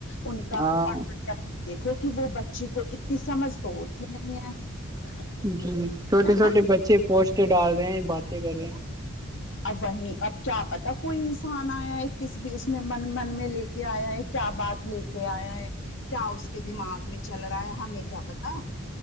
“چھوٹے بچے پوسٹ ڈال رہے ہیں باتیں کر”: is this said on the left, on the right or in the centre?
Right